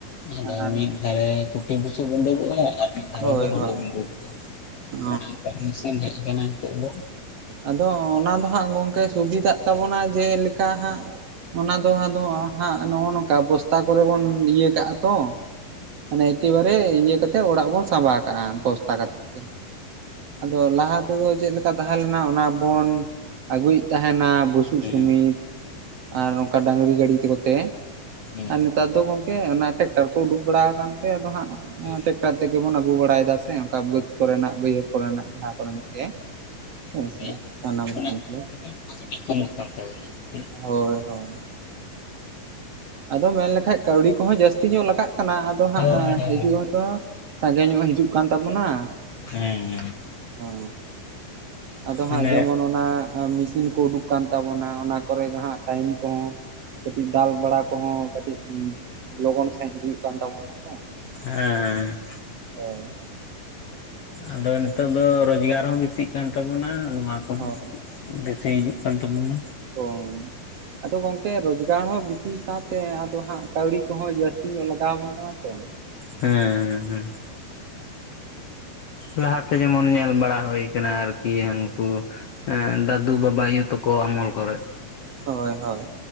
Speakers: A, on the left (about 70°); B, on the right (about 65°).
A: ᱟᱫᱚ
B: ᱟᱨ
A: ᱢᱤᱫ ᱡᱷᱟᱲᱮ ᱠᱩᱴᱷᱤ ᱵᱩᱥᱩᱫ ᱩᱰᱩᱠᱚᱜᱼᱟ ᱟᱨ ᱢᱤᱫ ᱫᱷᱟᱨᱮ
B: ᱦᱳᱭ
A: ᱫᱚ ᱦᱩᱲᱩ
B: ᱦᱳᱭ
A: ᱩᱰᱩᱠᱚᱜ-ᱟ
B: ᱚ
A: ᱚᱱᱮ ᱚᱠᱟᱱ ᱢᱮᱥᱤᱱ ᱦᱮᱡ ᱟᱠᱟᱱᱟ ᱱᱤᱛᱚᱜ ᱫᱚ᱾
B: ᱟᱫᱚ ᱚᱱᱟ ᱫᱚ ᱦᱟᱸᱜ ᱜᱚᱝᱠᱮ ᱥᱩᱵᱤᱫᱷᱟᱜ ᱛᱟᱵᱚᱱᱟ ᱡᱮᱞᱮᱠᱟ ᱦᱟᱸᱜ᱾ ᱚᱱᱟ ᱫᱚ ᱟᱫᱚ ᱦᱟᱸᱜ ᱱᱚᱜᱼᱚ ᱱᱚᱝᱠᱟ ᱵᱚᱥᱛᱟ ᱠᱚᱨᱮ ᱵᱚᱱ ᱤᱭᱟᱹ ᱠᱟᱜᱼᱟ ᱛᱚ᱾ ᱢᱟᱱᱮ ᱮᱠᱮᱵᱟᱨᱮ ᱤᱭᱟᱹ ᱠᱟᱛᱮᱫ ᱚᱲᱟᱜ ᱵᱚᱱ ᱥᱟᱸᱵᱟᱣ ᱠᱟᱜᱼᱟ ᱵᱚᱥᱛᱟ ᱠᱟᱛᱮᱫ ᱜᱮ᱾ ᱟᱫᱚ ᱞᱟᱦᱟ ᱛᱮᱫᱚ ᱪᱮᱫᱞᱮᱠᱟ ᱫᱟᱦᱮ ᱞᱮᱱᱟ᱾ ᱚᱱᱟ ᱵᱚᱱ ᱟᱹᱜᱩᱭᱮᱫ ᱛᱟᱦᱮᱱᱟ ᱵᱩᱥᱩᱵ
A: ᱦᱮᱸ
B: ᱥᱩᱢᱤᱛ ᱟᱨ ᱚᱝᱠᱟ ᱰᱟᱝᱨᱤ ᱜᱟᱹᱰᱤ ᱛᱮ ᱠᱚᱛᱮ
A: ᱦᱮᱸ
B: ᱟᱨ ᱱᱮᱛᱟᱨ ᱫᱚ ᱜᱚᱝᱠᱮ ᱚᱱᱟ ᱴᱮᱠᱴᱟᱨ ᱠᱚ ᱩᱰᱩᱠ ᱵᱟᱲᱟ ᱟᱠᱟᱱ ᱛᱮ ᱟᱫᱚ ᱦᱟᱸᱜ
A: ᱦᱮᱸ
B: ᱴᱮᱠᱴᱟᱨ ᱛᱮᱜᱮ ᱵᱚᱱ ᱟᱹᱜᱩ ᱵᱟᱲᱟᱭᱮᱫᱟ ᱥᱮ ᱚᱱᱠᱟ ᱵᱟᱹᱫ ᱠᱚᱨᱮᱱᱟᱜ ᱵᱟᱹᱭᱦᱟᱹᱲ ᱠᱚᱨᱮᱱᱟᱜ ᱡᱟᱦᱟᱸ ᱠᱚᱨᱮᱱᱟᱜ ᱜᱮ᱾ ᱦᱭ
A: ᱠᱟᱹᱴᱤᱡ
B: ᱥᱮ ᱥᱟᱱᱟᱢ ᱞᱮᱠᱟᱱᱟᱜ
A: ᱚᱱᱟ
B: ᱜᱮ
A: ᱠᱟᱹᱴᱤᱡ ᱠᱚᱢᱚᱜ ᱠᱟᱱ ᱛᱟᱵᱚᱱᱟ ᱦᱮᱸ
B: ᱦᱳᱭ ᱦᱳᱭ᱾ ᱟᱫᱚ ᱢᱮᱱ ᱞᱮᱠᱷᱟᱡ ᱠᱟᱹᱣᱰᱤ ᱠᱚᱦᱚᱸ ᱡᱟᱹᱥᱛᱤ ᱧᱚᱜ ᱞᱟᱜᱟᱜ ᱠᱟᱱᱟ ᱟᱫᱚ ᱦᱟᱸᱜ
A: ᱦᱳᱭ ᱦᱳᱭ
B: ᱦᱤᱡᱩᱜ ᱦᱚᱸᱛᱚ ᱥᱟᱸᱜᱮ ᱧᱚᱜ ᱦᱤᱡᱩᱜ ᱠᱟᱱ ᱛᱟᱵᱚᱱᱟ᱾
A: ᱦᱮᱸ
B: ᱦᱚ ᱟᱫᱚ
A: ᱢᱟᱱᱮ
B: ᱦᱟᱸᱜ ᱡᱮᱢᱚᱱ ᱚᱱᱟ ᱦᱟᱸᱜ ᱢᱮᱥᱤᱱ ᱠᱚ ᱩᱰᱩᱠ ᱟᱠᱟᱱ ᱛᱟᱵᱚᱱᱟ ᱚᱱᱟ ᱠᱚᱨᱮᱜ ᱴᱟᱭᱤᱢ ᱠᱚᱦᱚᱸᱠᱟᱹᱴᱤᱡ ᱫᱟᱞ ᱵᱟᱲᱟ ᱠᱚᱦᱚᱸᱠᱟᱹᱴᱤᱡ ᱞᱚᱜᱚᱱ ᱥᱟᱺᱦᱤᱡ ᱦᱩᱭᱩᱜ ᱠᱟᱱ ᱛᱟᱵᱚᱱᱟ ᱛᱚ᱾
A: ᱦᱮᱸ᱾
B: ᱦᱳᱭ᱾
A: ᱟᱫᱚ ᱱᱤᱛᱚᱜ ᱫᱚ ᱨᱳᱡᱽᱜᱟᱨ ᱦᱚᱸ ᱵᱮᱥᱤᱜ ᱠᱟᱱ ᱛᱟᱵᱚᱱᱟ ᱱᱚᱣᱟ ᱠᱚᱦᱚᱸ
B: ᱦᱳᱭ
A: ᱵᱮᱥᱮ ᱦᱤᱡᱩᱜ ᱠᱟᱱ ᱛᱟᱵᱚᱱᱟ‍᱾
B: ᱦᱳᱭ ᱟᱫᱚ ᱜᱚᱝᱠᱮ ᱨᱚᱡᱽᱜᱟᱨ ᱦᱚᱸ ᱵᱤᱥᱤ ᱥᱟᱶᱛᱮ ᱟᱫᱚ ᱦᱟᱸᱜ ᱠᱟᱹᱣᱰᱤ ᱠᱚᱦᱚᱸ ᱡᱟᱹᱥᱛᱤ ᱧᱚᱜ ᱞᱟᱜᱟᱣ ᱟᱵᱚᱱ ᱠᱟᱱᱟ ᱛᱚ᱾
A: ᱦᱮᱸᱻ ᱦᱮᱸ᱾ ᱞᱟᱦᱟᱛᱮ ᱡᱮᱢᱚᱱ ᱧᱮᱞ ᱵᱟᱲᱟ ᱦᱩᱭᱩᱠ ᱟᱨᱠᱤ ᱦᱟᱱᱠᱩ ᱫᱟᱫᱩ ᱵᱟᱵᱟ ᱟᱭᱳ ᱛᱟᱠᱚ ᱟᱢᱚᱞ ᱠᱚᱨᱮᱫᱽ᱾
B: ᱦᱳᱭ ᱦᱳᱭ᱾